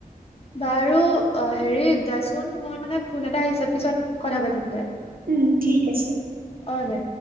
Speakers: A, on the left; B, on the right.
A: বাৰু অ', হেৰি দেচোন মই মানে ফোন এটা আহিছে পিছত কথা পাতিম দে।
B: উম ঠিক আছে।
A: অ', দে।